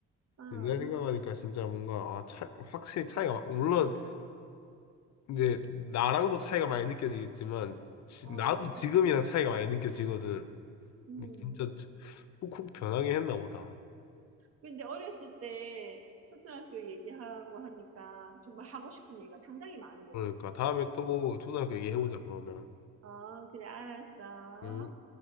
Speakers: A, on the right; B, on the left.
A: 어,
B: 옛날 생각하니까 진짜 뭔가, 아, 차, 확실히 차이가, 물론, 이제, 나랑도 차이가 많이 느껴지겠지만, 지-
A: 어,
B: 나도 지금이랑 차이가 많이 느껴지거든.
A: 음.
B: 진짜 훅훅 변하게 했나 보다.
A: 근데 어렸을 때 초등학교 얘기하고 하니까 정말 하고 싶은 얘기가 상당히 많은 것
B: 그러니까,
A: 같아.
B: 다음에 또 초등학교 얘기해보자,
A: 어.
B: 그러면.
A: 어, 그래, 알았어.
B: 음.